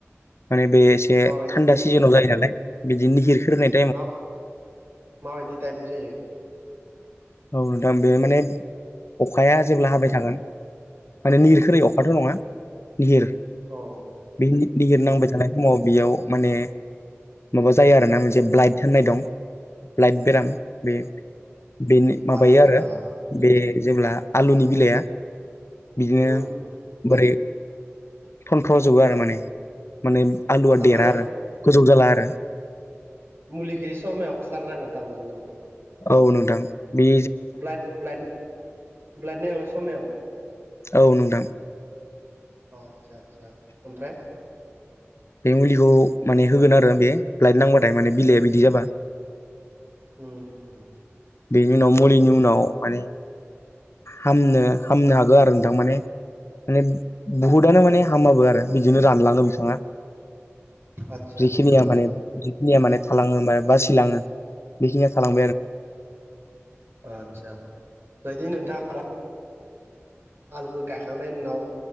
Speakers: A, on the left; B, on the right.
A: माने बेसे एसे
B: माबायदि
A: थान्दा
B: बे
A: सिजोननाव जायो नालाय बिदिनो निहिर खोरिनाय
B: मा माबायदि टाइपनि जायो?
A: औ नोंथां बे माने अखाया जेब्ला हाबाय थागोन माने निरखोरै
B: उम
A: अखाथ' नङा निहिर
B: औ
A: बे निहिर नांबाय थानाय समाव बेयाव माने माबा जायो आरो ना मोनसे ब्लाइट होननाय दं ब्लाइट बेराम बे बेनि माबायो
B: आदसा
A: आरो बे जेब्ला आलुनि बिलाइया बिदिनो
B: उम
A: बोरै थनथ्र' जोबो आरो माने माने आलुआ
B: थारमाने
A: देरा आरो गोजौ जाला आरो।
B: मुलिखौ समायाव सारनांगोन थारमोन नामा?
A: औ नोंथां बि
B: ब्लाइड ब्लाइड ब्लाइड नाय समायाव
A: औ नोंथां।
B: अ आतसा आतसा ओमफ्राय
A: बे मुलिखौ माने होगोन आरो बे ब्लाइट नांबाथाय माने बिलाइया बिदि जाबा
B: <inaudible>
A: बेनि उनाव मुलिनि उनाव माने हामनो हामनो हागौ आरो नोंथां माने माने बुहुदआनो माने हामाबो आरो बिदिनो रानलाङो बिथफाङा।
B: आदसा
A: जिखिनिया
B: आदसा
A: माने जिखिनिया माने थालाङो बासिलाङो बेखिनिया थाल
B: आतसा बिदि नोंथाङ आलुखौ गायखांनायनि उनाव